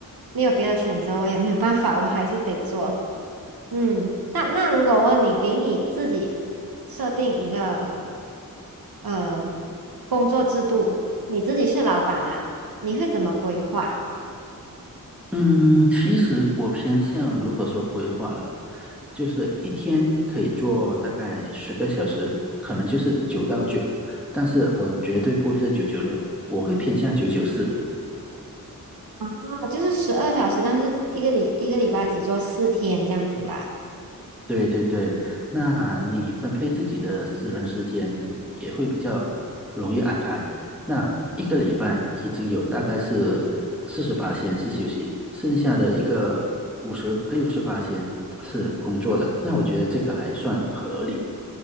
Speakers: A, on the right; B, in the centre.
A: 没有别的选择，我也没有办法，我还是得做。嗯，那那如果问你，给你自己设定一个。呃工作制度，你自己是老板啦，你会怎么规划？
B: 嗯，其实我偏向，如果说规划了，就是一天可以做大概十个小时，可能就是九到九，但是我绝对不会是九九六，我会偏向九九四。
A: 啊，就是十二小时，但是一个礼一个礼拜只做四天这样子吧。
B: 对对对，那你分配自己的私人时间也会比较容易安排。那一个礼拜已经有大概是四十八天是休息，剩下的一个五十六十八天是工作的。那我觉得这个还算合理。